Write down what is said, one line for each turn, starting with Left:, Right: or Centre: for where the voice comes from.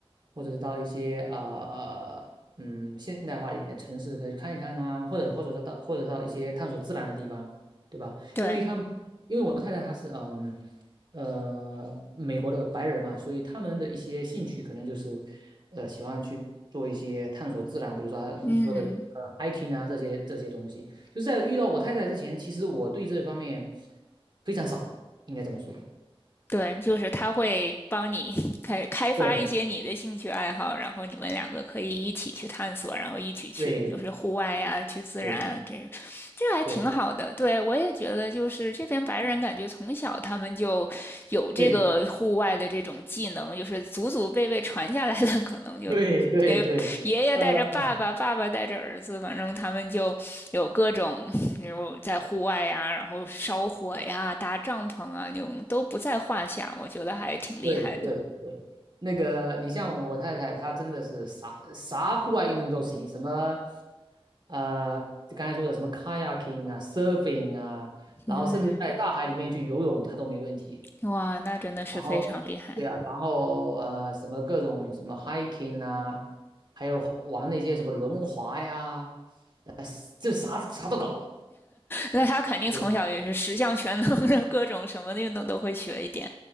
Right: 或者是到一些呃呃嗯现代化一点的城市，可以看一看啊，或者或者说到或者到一些探索自然的地方，对吧？
Left: 对，
Right: 因为他们，因为我太太她是嗯呃美国的白人嘛，所以他们的一些兴趣可能就是呃喜欢去做一些探索自然，比如说你说的呃
Left: 嗯。
Right: hiking 啊这些这些东西。就是在遇到我太太之前，其实我对这方面非常少，应该这么说。
Left: 对，就是他会帮你 <laughs> 开开发一些你的兴趣爱好，
Right: 对
Left: 然后你们两个可以一起去探索，然后一起去就是户外呀、
Right: 对
Left: 去自然啊，
Right: 对
Left: 这个这个还挺好的。
Right: 对
Left: 对我也觉得，就是这边白人感觉从小他们就有这个户外的这种技能，
Right: 对
Left: 就是祖祖辈辈传下来的，可能就给爷爷带着爸爸，
Right: 对对对，呃，
Left: 爸爸带着儿子，反正他们就有各种，比如在户外呀，然后烧火呀、搭帐篷啊，就都不在话下。我觉得还挺厉害的。
Right: 对对对，那个你像我太太，她真的是啥啥户外运动都行，什么呃，就刚才说的什么 kayaking 啊，surfing 啊，然后甚至在大海里面去游泳，
Left: 嗯，
Right: 她都没问题。
Left: 哇，那真的是非常厉害。
Right: 然后对呀、然后呃，什么各种什么 hiking 啊，还有玩那些什么轮滑呀，呃，这啥啥都搞。
Left: 那他肯定从小也是十项全能的，
Right: 对
Left: 各种什么运动都会学一点。